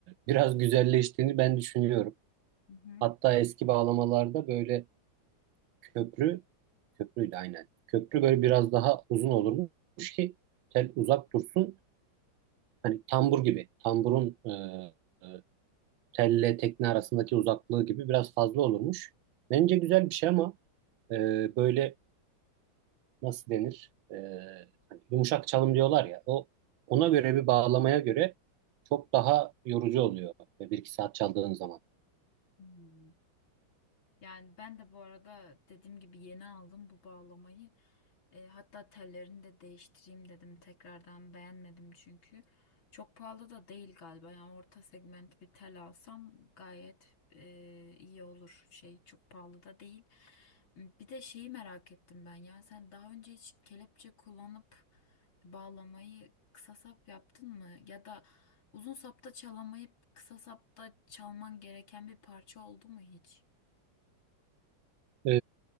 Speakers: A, on the right; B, on the left.
A: Biraz güzelleştiğini ben düşünüyorum.
B: Hı hı.
A: Hatta eski bağlamalarda böyle köprü köprüyle aynen. Köprü böyle biraz daha uzun olurmuş ki tel uzak dursun. hani tambur gibi tamburun e, e, telle tekne arasındaki uzaklığı gibi biraz fazla olurmuş. Bence güzel bir şey ama e, böyle nasıl denir? E, hani yumuşak çalım diyorlar ya o ona göre bir bağlamaya göre çok daha yorucu oluyor e, bir iki saat çaldığın zaman.
B: Hmm. Yani ben de bu arada dediğim gibi yeni aldım bu bağlamayı. E, hatta tellerini de değiştireyim dedim tekrardan beğenmedim çünkü. Çok pahalı da değil galiba yani orta segment bir tel alsam gayet e, iyi olur şey çok pahalı da değil. Bir de şeyi merak ettim ben ya sen daha önce hiç kelepçe kullanıp bağlamayı kısa sap yaptın mı? Ya da uzun sapta çalamayıp kısa sapta çalman gereken bir parça oldu mu hiç?
A: E,